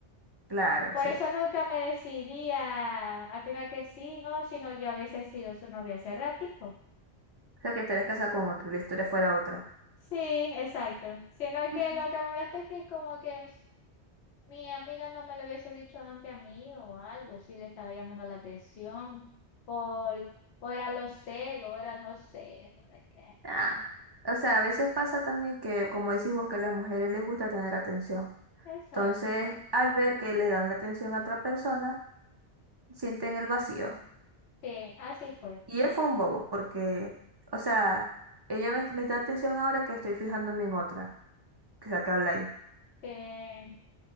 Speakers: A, on the right; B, on the left.
A: Claro,
B: Por
A: sí.
B: eso nunca me decidía al final que sí, no, si no yo hubiese sido su novia hace ratico.
A: O sea que estarías casada con otro y la historia fuera otra.
B: Sí, exacto. Sino
A: <laughs>
B: que lo que me molesta es que es como que Mi amiga no me lo hubiese dicho antes a mí o algo, si le estaba llamando la atención, por, o era los celos, o era no sé, o era qué.
A: Ah. O sea, a veces pasa también que, como decís vos, que a las mujeres les gusta tener atención.
B: Exacto,
A: Entonces, al ver que le dan la atención a otra persona, sienten el vacío.
B: sí, así fue.
A: Y él fue un bobo, porque, o sea, ella me, me da atención ahora que estoy fijándome en otra, que es la que habla ahí.
B: Que